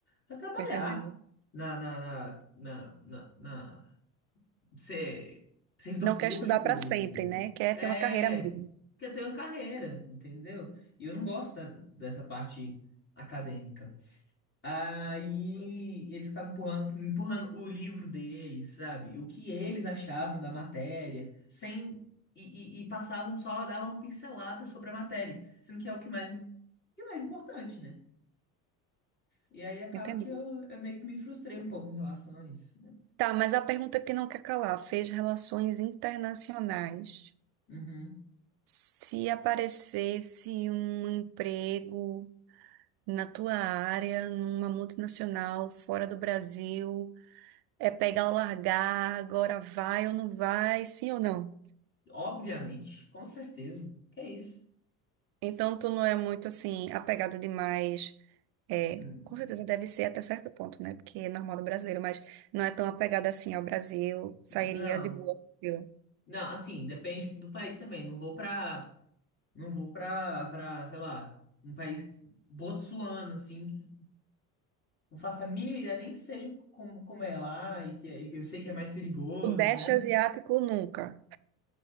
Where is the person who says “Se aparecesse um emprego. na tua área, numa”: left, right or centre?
Right